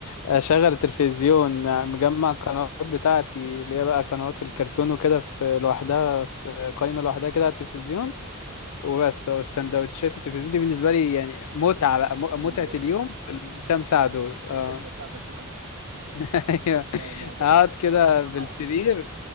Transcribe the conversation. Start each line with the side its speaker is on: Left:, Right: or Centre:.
Left: اشغل التلفزيون مجمع القنوات بتاعتي اللي هي بقى قنوات الكرتون وكده في لوحدها في قائمه لوحدها كده على التلفزيون وبس والسندوتشات والتلفزيون دي بالنسبه لي يعني متعه بقى م-
Right: دي ال-
Left: متعه اليوم في الكام ساعه دول
Right: دي
Left: اه
Right: الجنه بتاعتك في الارض <laughs>
Left: <laughs> ايوه
Right: لا، أنا لعبتي
Left: اقعد
Right: المفضله
Left: كده
Right: بصراحه
Left: بالسرير